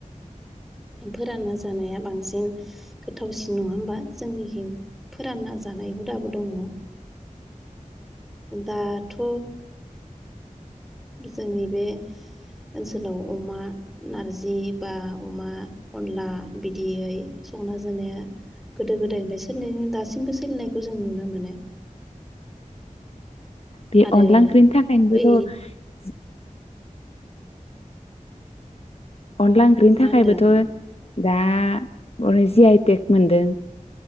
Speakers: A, in the centre; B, on the left.
A: फोरानना जानाया बांसिन गोथावसिन नंङा होमबा जोंनिखिं फोरानना जानाय हुदाबो दङ दाथ' जोंनि बे ओनसोलाव अमा नारजि बा अमा अनला बिदियै संना जानाया गोदो गोदायनिफ्राय सोलिनाय दासिमबो सोलिनायखौ जों नुनो मोनो
B: बे
A: आरो
B: अनला ओंख्रिनि थाखायनोबोथ
A: बै
B: अनला ओंख्रिनि थाखायबोथ
A: मा होनदों
B: दा अे जि आइ टेक मोनदों